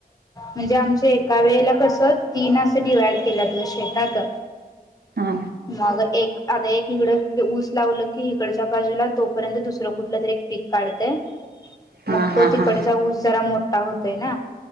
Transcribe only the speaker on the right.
हा हा
हा हा
हा
हा